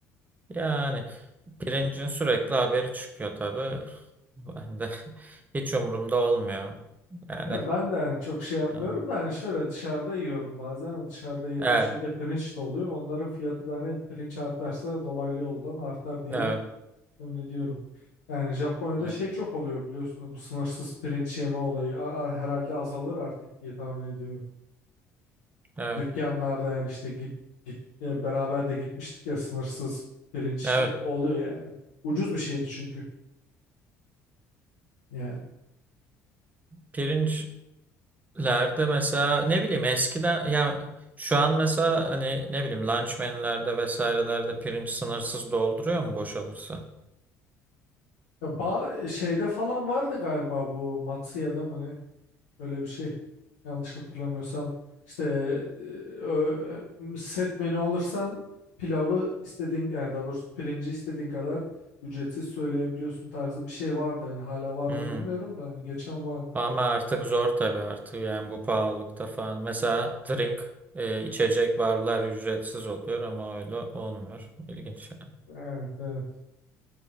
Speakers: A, on the right; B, on the left.
A: yani pirincin sürekli haberi çıkıyor tabii. Ben de <laughs> hiç umurumda olmuyor. Yani
B: Ya ben de hani çok şey yapmıyorum
A: evet.
B: da hani şöyle dışarıda yiyorum bazen. Hani Dışarıda yediğim
A: Evet.
B: şey de pirinç de oluyor. Onların fiyatı da hani pirinç artarsa dolaylı yoldan artar diye
A: Evet.
B: öyle diyorum. Yani Japonya'da
A: Evet.
B: şey
A: Evet.
B: çok oluyor biliyorsunuz bu sınırsız pirinç yeme olayı A- a- herhalde azalır artık diye tahmin ediyorum.
A: Evet.
B: dükkanlarda yani işte git, git e, beraber de gitmiştik ya sınırsız pirinç
A: Evet.
B: e, oluyor yani. Ucuz bir şeydi çünkü yani.
A: Pirinç Lerde mesela ne bileyim eskiden ya şu an mesela hani ne bileyim lunchmenlerde vesairelerde pirinç sınırsız dolduruyor mu boşalırsa?
B: Ya ba- şeyde falan vardı galiba bu Matsuya'da mı ne? Öyle bir şey. Yanlış hatırlamıyorsam. İşte e, ö- e, set menü alırsan pilavı istediğin yani daha doğrusu pirinci istediğin kadar ücretsiz söyleyebiliyorsun tarzı bir şey vardı yani hala var
A: Hmm.
B: mı bilmiyorum da hani geçen vardı.
A: Ama artık zor tabii artık yani bu pahalılıkta falan. Mesela drink e, içecek barlar ücretsiz oluyor ama öyle olmuyor. İlginç yani.
B: Evet, evet.